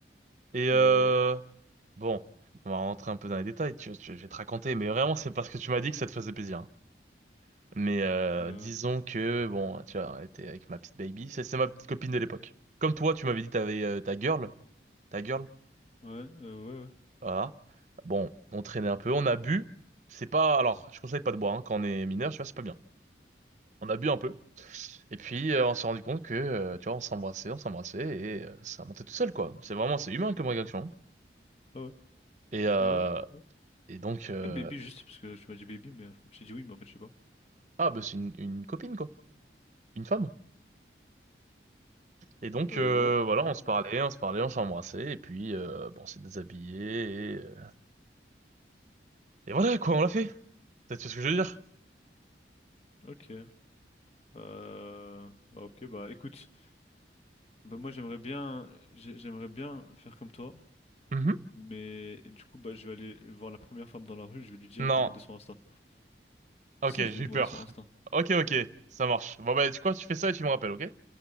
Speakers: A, on the right; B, on the left.
A: Et
B: Mais,
A: euh, Bon, on va rentrer un peu dans les détails, tu, tu- je vais te raconter, mais vraiment c'est parce que tu m'as dit que ça te faisait plaisir. hein. Mais euh,
B: euh,
A: disons que, bon, tu as été avec ma petite baby, c'est c'est ma petite copine de l'époque. Comme toi, tu m'avais dit que t'avais euh, ta girl, ta girl,
B: ouais, euh, ouais,
A: voilà. Bon, on traînait un peu, on a bu, c'est pas, alors, je conseille pas de boire hein, quand on est mineur, tu vois, c'est pas bien. On a bu un peu, et puis euh, on s'est rendu compte que, euh, tu vois, on s'embrassait, on s'embrassait, et euh, ça montait tout seul, quoi. C'est vraiment, c'est humain comme réaction. hein.
B: ouais, ouais,
A: Et, euh,
B: ouais, ouais. ouais.
A: et donc, euh,
B: Pourquoi le baby juste parce que tu m'as dit baby mais en fait- j'ai dit oui mais en fait je sais pas.
A: ah, bah c'est une une copine, quoi. Une femme. Et donc,
B: Euh,
A: euh,
B: ouais.
A: voilà,
B: ouais.
A: on se parlait, on se parlait, on s'embrassait, et puis, euh, bon, on s'est déshabillé, et, euh, et voilà, quoi, on l'a fait. T'as tu vois ce que je veux dire?
B: Ok. Euh, Bah ok bah écoute bah moi j'aimerais bien j'ai- j'aimerais bien faire comme toi
A: Mhm.
B: mais du coup bah je vais aller voir la première femme dans la rue je vais lui dire
A: Non.
B: de demander son Insta.
A: Ok,
B: Si je
A: j'ai
B: vais lui
A: eu
B: demander
A: peur.
B: son Insta.
A: Ok, ok, ça marche. Bon, bah, tu quoi, tu fais ça et tu me rappelles, ok?